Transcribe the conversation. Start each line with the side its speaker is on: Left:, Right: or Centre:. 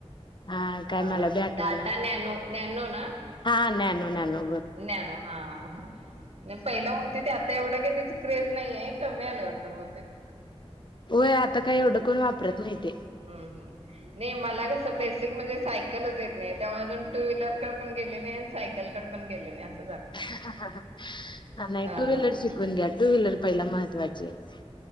Left: हा काय
Right: अ
Left: मला बी आठवना
Right: टाटा नॅनो नॅनो ना,
Left: हा <inaudible>
Right: नॅनो हा हा पहिलं होती ते आता एवढं का त्याची क्रेज नाहीये कमी आले वाटत बहुतेक.
Left: होय आता काही एवढं कोण वापरत नाही ते
Right: ह नाही मला कसं बेसिक म्हणजे सायकलच येत नाही तेव्हा अजून टू व्हीलरकड पण गेले नाही आणि सायकलकड पण गेले नाई अस
Left: ह नाही
Right: अं,
Left: टू व्हीलर शिकवून घ्या टू व्हीलर. पहिला महत्त्वाची आहे